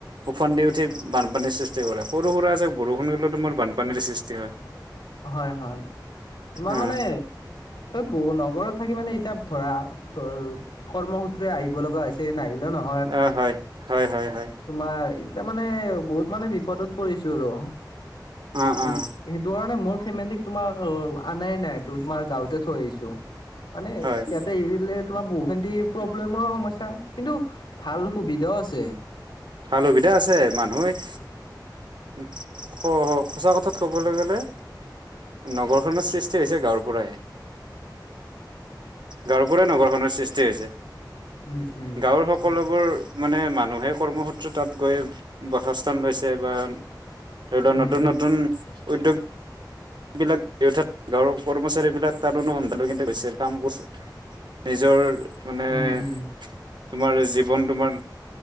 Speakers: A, on the right (about 75°); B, on the left (about 85°).
A: ওফন্দি উঠি বানপানীৰ সৃষ্টি কৰে। সৰু-সুৰা এজাক বৰষুণ হ'লেও তোমাৰ বানপানীৰ সৃষ্টি হয়।
B: হয় হয়, তোমাৰ
A: উম,
B: মানে এই বহু নগৰত থাকি মানে এতিয়া ধৰা তৰল কৰ্মসূত্ৰে আহিব লগা হৈছে নাহিলে ন
A: অ, হয় হয় হয় হয়।
B: তোমাৰ এতিয়া মানে বহুত মানে বিপদত পৰিছো আৰু
A: অঁ অঁ
B: এই
A: অঁ।
B: সেইটো কাৰণে মোৰ ফেমিলী তোমাৰ ও ও ও আনাই নাই ত তোমাৰ গাঁৱতে থৈ আহিছো। মানে ইয়াত
A: হয়
B: এতিয়া এৰিদিলে তোমাৰ বহু খিনি প্ৰব্লেমৰো সমস্যা হয়, কিন্তু ভাল সুবিধাও আছে।
A: ভাল সুবিধা আছে, মানুহে উ- স স সঁচা কথাত ক'বলৈ গ'লে নগৰখনো সৃষ্টি হৈছে গাঁৱৰ পৰাই। গাঁৱৰ পৰাই নগৰখনৰ সৃষ্টি হৈছে,
B: উম, উম,
A: গাঁৱৰ সকলোবোৰ
B: উম,
A: মানে মানুহে কৰ্মসূত্ৰে তাত গৈ বাসস্থান লৈছে বা- ধৰিল
B: উম,
A: নতুন নতুন উদ্যোগ - মানুহ বিলাকত অৰ্থাৎ গাঁৱৰ কৰ্মচাৰী বিলাক তাত অনুসন্ধান লৈ গৈছে কাম কৰিছে। নিজৰ মানে
B: উম, উম,
A: - তোমাৰ জীৱন তোমাৰ